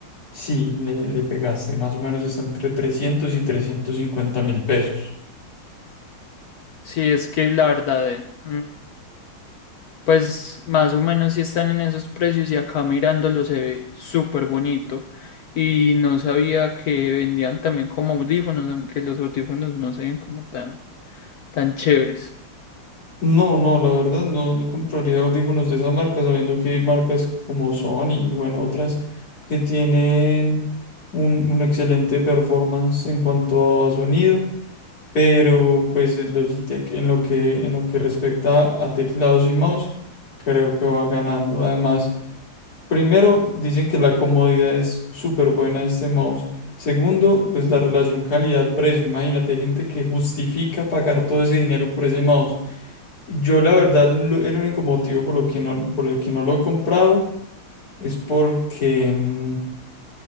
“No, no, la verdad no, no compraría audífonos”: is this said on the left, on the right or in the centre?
Left